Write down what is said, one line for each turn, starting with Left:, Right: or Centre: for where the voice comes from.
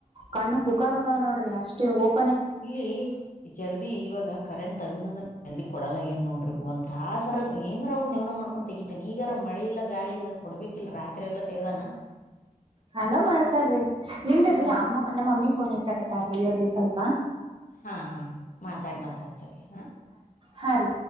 Right: ಕಣ್ಣು ಕುಕ್ಕಾಗತ. ನೋಡ್ರಿ ಅಷ್ಟ. <unintelligible>
Left: ಇಲ್ಲಿ ಜಲ್ದಿ ಇವಾಗ ಕರೆಂಟ್ ತಗದ್ಂದ್ರ. ಅಲ್ಲಿ ಕೊಡಲ ಈಗ ನೋಡ್ರಿ ಒಂದ್ ತಾಸರ ಏನರ ಒಂದ್ ಯವನ ಮಾಡ್ಕೊಂಡ್ ತೆಗಿತೇನೆ ಈಗಾರ ಮಳೆ ಇಲ್ಲ ಗಾಳಿ ಇಲ್ಲ. ಕೊಡ್ಬೇಕಿಲ್ ರಾತ್ರಿ ಎಲ್ಲ ತೆಗ್ದಾನ.
Right: ಹಂಗ ಮಾಡ್ತಾರ್ರಿ ನಿಂದ
Left: ಹಾ
Right: ರಿ ಅಮ್ಮ ನಮ್ಮ ಮಮ್ಮಿ ಫೋನ್ ಹೆಚ್ಚಕತಾರಿ ಇರಿ ಸ್ವಲ್ಪ.
Left: ಹಾ ಹಾ ಮಾತಾಡಿ ಮಾತ್ ಹಚ್ಚರಿ ಹಾ
Right: ಹಾರ